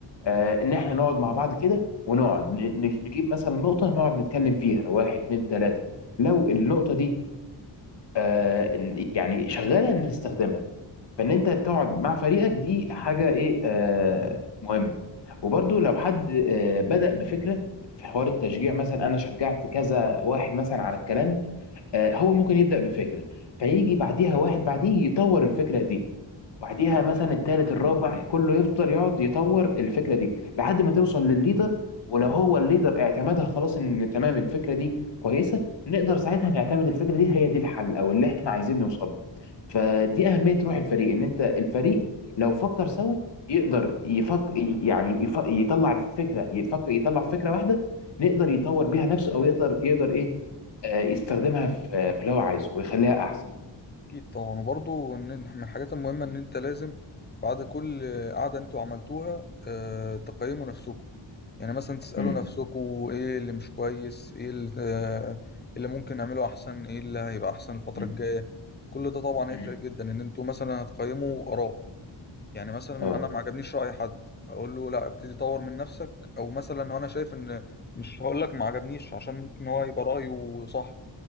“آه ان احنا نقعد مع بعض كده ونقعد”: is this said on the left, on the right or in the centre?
Left